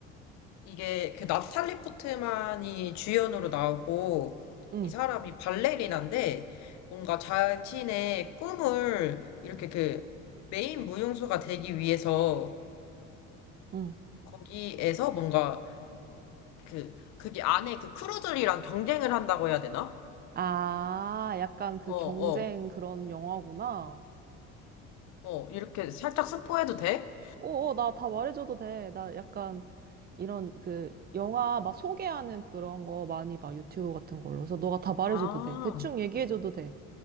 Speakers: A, on the left (about 70°); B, on the right (about 30°).
A: 이게 그 나탈리 포트만이 주연으로 나오고
B: 응,
A: 이 사람이 발레리나인데 뭔가 자신의 꿈을 이렇게 그 메인 무용수가 되기 위해서
B: 응.
A: 거기에서 뭔가 그 그게 안에 그 크루들이랑 경쟁을 한다고 해야 되나?
B: 아, 약간 그
A: 어,
B: 경쟁
A: 어,
B: 그런 영화구나.
A: 어, 이렇게 살짝 스포해도 돼?
B: 어, 어, 나 다 말해줘도 돼. 나 약간 이런 그 영화 막 소개하는 그런 거 많이 봐. 유튜브 같은 걸로. 그래서 너가 다 말해줘도
A: 아,
B: 돼. 대충 얘기해줘도 돼.